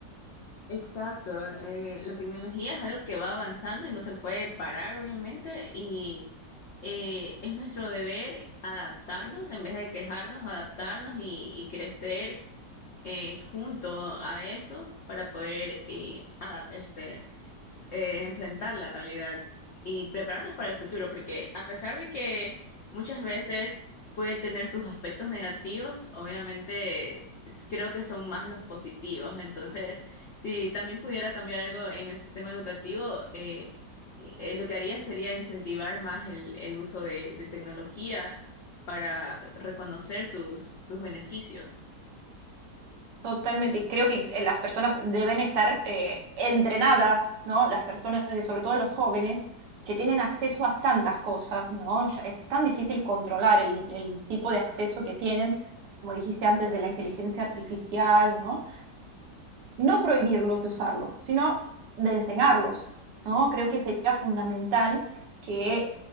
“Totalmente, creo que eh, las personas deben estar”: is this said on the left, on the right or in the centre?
Right